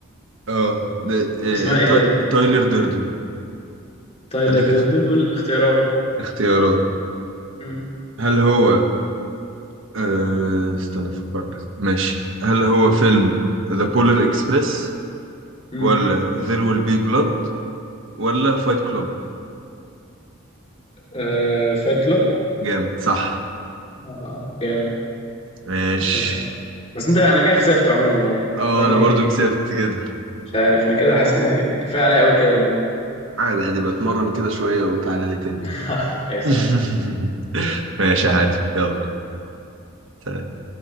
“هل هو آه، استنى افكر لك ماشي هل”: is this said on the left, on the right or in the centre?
Right